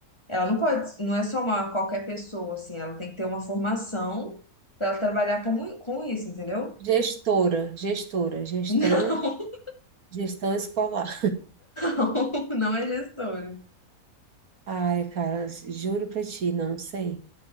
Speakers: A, on the left (about 20°); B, on the right (about 75°).
A: Ela não pode, não é só uma qualquer pessoa, assim, ela tem que ter uma formação para ela trabalhar com, com isso, entendeu?
B: Gestora, gestora, gestão,
A: <laughs>
B: gestão escolar.
A: Não, não, não é gestora.
B: Ai, cara, juro pra ti, não sei.